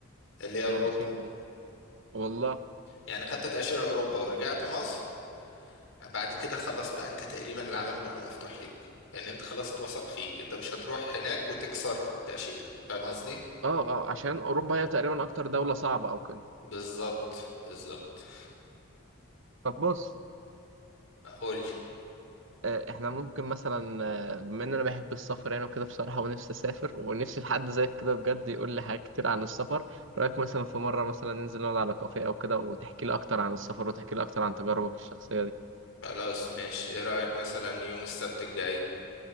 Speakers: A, on the left; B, on the right.
A: اللي هي
B: يعني
A: أوروبا
B: ايه شنجن والله
A: يعني خدت تأشيرة أوروبا ورجعت مصر بعد كده خلاص بقى انت تقريبا العالم كله مفتوح ليك يعني انت خلاص اتوثق فيك انت مش هتروح هناك وتكسر التأشيرة فاهم قصدي؟
B: اه اه عشان اوروبا هي تقريبا اكتر دولة صعبة او كده
A: بالظبط بالظبط
B: طب بص
A: قول لي
B: آه، احنا ممكن مثلا آه، بما ان انا بحب السفر يعني وكده بصراحه ونفسي اسافر ونفسي في حد زيك كده بجد يقول لي حاجات كتير عن السفر إيه رايك مثلا في مره مثلا ننزل نقعد على كافيه او كده وتحكي لي اكتر عن السفر وتحكي لي اكتر عن تجاربك الشخصيه دي
A: خلاص ماشي ايه رأيك مثلا يوم السبت الجاي